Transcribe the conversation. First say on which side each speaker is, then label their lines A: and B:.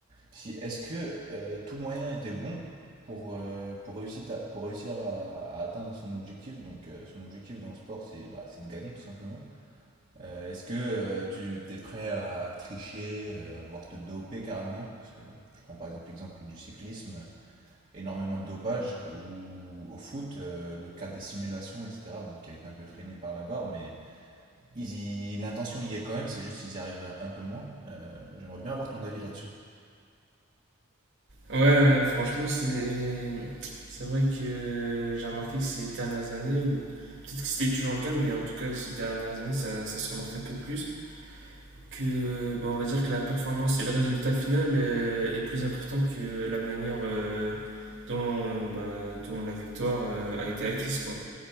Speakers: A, on the right; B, on the right.
A: si est-ce que euh, tout moyen était bon pour, euh, pour réussir, à, pour réussir à, à atteindre son objectif. Donc, euh, son objectif dans le sport, c'est bah, c'est de gagner tout simplement. Euh, est-ce que euh, tu t'es prêt à tricher, euh, voire te doper carrément? Parce que je prends par exemple l'exemple du cyclisme énormément de dopage, ou au foot, euh, le cas des simulations, etc., bon, qui a été un peu freiné par la VAR, mais ils y- l'intention y est quand même, c'est juste qu'ils y arrivent un- un peu moins. Euh, j'aimerais bien avoir ton avis là-dessus.
B: Ouais, euh, franchement, c'est, c'est vrai que j'ai remarqué que ces dernières années, ou peut-être que c'était toujours le cas, mais en tout cas, ces dernières années, ça, ça se remarque un peu plus. que ben, on va dire que la performance et le résultat final euh, est plus important que la manière euh, dont, bah, dont la victoire euh, a été acquise quoi.